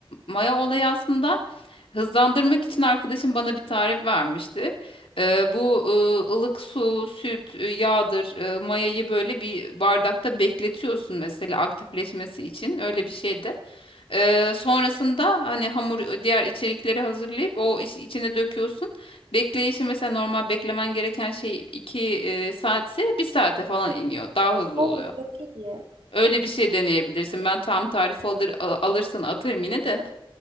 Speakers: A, on the left; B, on the right.
A: maya olayı aslında hızlandırmak için arkadaşım bana bir tarif vermişti. E, bu e, ılık su, süt, e, yağdır, e, mayayı böyle bir bardakta bekletiyorsun mesela aktifleşmesi için. Öyle bir şeydi. Ee, sonrasında hani hamur diğer içerikleri hazırlayıp o iç- içine döküyorsun. Bekleyişi mesela normal beklemen gereken şey 2 saatse bir saate falan iniyor. Daha hızlı
B: Oo,
A: oluyor.
B: çok iyi.
A: Öyle bir şey deneyebilirsin. Ben tam tarifi alır, a- alırsan atarım yine de.